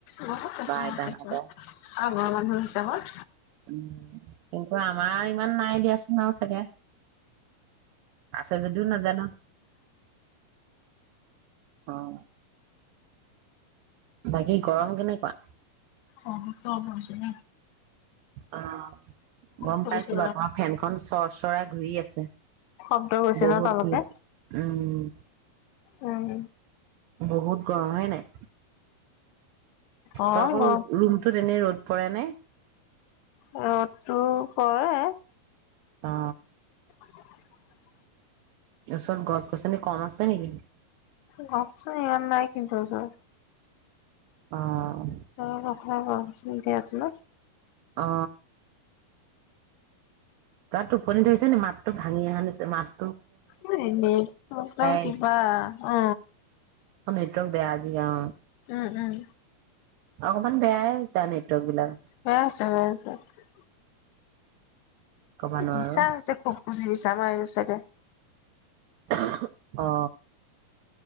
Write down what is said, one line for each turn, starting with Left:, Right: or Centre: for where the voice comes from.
Left: বহুত পইচা
Right: বা আইতাহতে
Left: হৈছে আগৰ মানুহৰ হিচাপত
Right: উম কিন্তু আমাৰ ইমান নাই দিয়াচোন আৰু চাগে আছে যদিও নাজানো অ অ বাকী গৰম কেনেকুৱা।
Left: অ ক হৈছে ন।
Right: অ গম
Left: কৰিছে
Right: পাইছো বাৰু তোমাৰ ফেনখন চৰ চৰাই ঘূৰি আছে
Left: শব্দ কৰিছে
Right: বহুত
Left: ন' তেওঁলোকে
Right: ঘূৰিছে উম
Left: উম
Right: বহুত গৰম হয়ে নাই।
Left: অ',
Right: তালোকৰ
Left: গৰম
Right: ৰুমতটো তেনেই ৰ'দ পৰেনে
Left: অ ৰ'দ টো পৰে।
Right: অ
Left: <unintelligible>
Right: ওচৰত গছ গছনি কম আছে নেকি?
Left: ভাবচোন ইমান নাই কিন্তো আছোন
Right: অ
Left: অ চধি আছো ন
Right: অ তাৰ টোপনী ধৰিছে। তোৰ মাততটো ভাঙি আহে মাত
Left: কেইবা
Right: আহিছে।
Left: উ
Right: অ নেটৱৰ্ক বেয়া আজি অ
Left: উম উম
Right: অকমান বেয়াই হৈছে নেটৱৰ্ক বিলাক
Left: হই আছে বাৰু এতিয়া
Right: ক'ব নোৱাৰো
Left: নিছা হৈছে কো। ভাবি চাব আৰু ছাগে।
Right: উহ অ